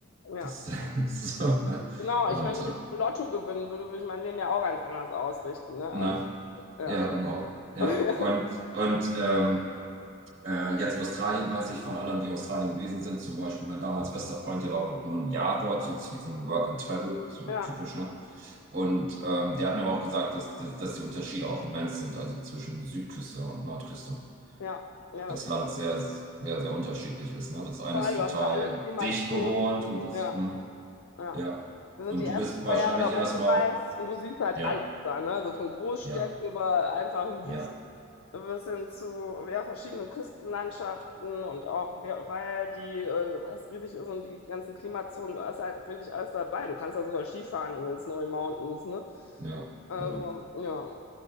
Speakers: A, on the left; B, on the right.
A: Ja.
B: Das <laughs> so, ne?
A: Genau,
B: Und,
A: ich, wenn ich
B: äh,
A: jetzt Lotto gewinnen würde, würde ich mein Leben ja auch ganz anders ausrichten, ne? Also,
B: ne?
A: ja.
B: Ja, genau. Ja.
A: <laughs>
B: Und, und, ähm, Äh, jetzt Australien weiß ich von anderen, die Australien gewesen sind. Zum Beispiel mein damals bester Freund, der war auch nur ein Jahr dort, so zu diesem Work and Travel, so
A: Ja,
B: typisch, ne? Und ähm, der hat mir aber auch gesagt, dass, die- dass die Unterschiede auch immens sind, also zwischen Südküste und Nordküste.
A: ja, ja,
B: Das
A: das stimmt.
B: Land sehr, sehr, sehr unterschiedlich ist, ne? Das eine
A: Vor
B: ist
A: allem,
B: total
A: du hast da alle Klimazonen.
B: dicht bewohnt und das,
A: Ja.
B: hm,
A: Ja.
B: ja.
A: Wir sind
B: Und
A: die ersten
B: du bist
A: zwei
B: wahrscheinlich
A: Jahre da rumgereist
B: erstmal,
A: und du siehst halt
B: ja,
A: alles da, ne? Also von Großstädten
B: ja,
A: über einfachen
B: ja,
A: Wüsten bis hin zu ja, verschiedenen Küstenlandschaften und auch, wer- weil die, äh, was riesig ist und die ganzen Klimazonen, da ist halt wirklich alles dabei. Du kannst da sogar Skifahren in den Snowy Mountains, ne?
B: ja,
A: Also,
B: genau.
A: ja.